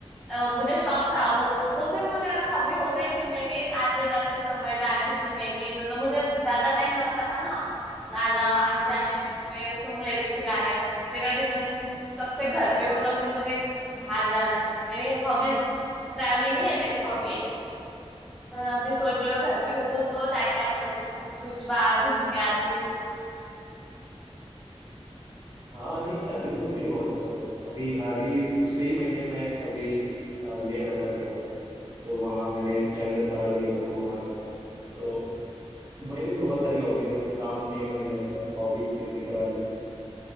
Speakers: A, in the centre; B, on the right.
A: अ, मुझे शौक था वो वो भी मुझे हॉबी हो गई थी मेरी आते जाते समय गाने सुनने की मतलब मुझे ज्यादा टाइम लगता था ना ज्यादा आने जाने में तो मैं सुन लेती थी गाने फिर अभी तुम कब से घर पे हो तो अभी मुझे बाहर जाना है मतलब मेरी हॉबी ट्रैवलिंग ही है मेरी हॉबी अभी सोच रही हूँ घर पे हूँ तो जाके आती हूँ कुछ कुछ बाहर घूम के आती हूँ
B: हाँ नहीं ट्रैवलिंग तो मुझे भी बहुत पसंद है अभी हाल ही पिछले ही महीने मैं अभी अ, लेह लद्दाख गया था तो वहाँ मैंने चंद्रताल ये सब घूमा था तो मेरी तो बहुत सारी हॉबी है बस काम में ही मन नहीं लगता हॉबी जितनी करा लो